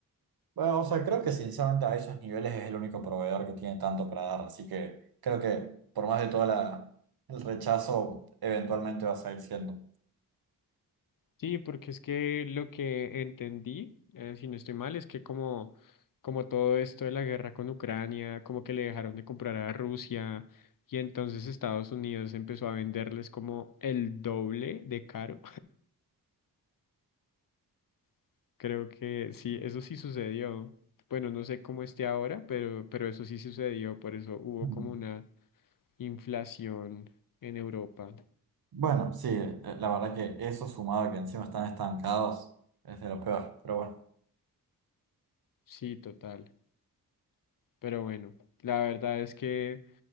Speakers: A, on the right; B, on the left.
A: Bueno, o sea, creo que sinceramente a esos niveles es el único proveedor que tiene tanto para dar, así que creo que por más de todo el rechazo, eventualmente va a seguir siendo.
B: Sí, porque es que lo que entendí, eh, si no estoy mal, es que como, como todo esto de la guerra con Ucrania, como que le dejaron de comprar a Rusia y entonces Estados Unidos empezó a venderles como el doble de caro. <laughs> Creo que sí, eso sí sucedió. Bueno, no sé cómo esté ahora, pero, pero eso sí sucedió, por eso hubo
A: Mm.
B: como una inflación en Europa.
A: Bueno, sí, eh, la verdad que eso sumado a que encima están estancados es de lo peor, pero bueno.
B: Sí, total. Pero bueno, la verdad es que...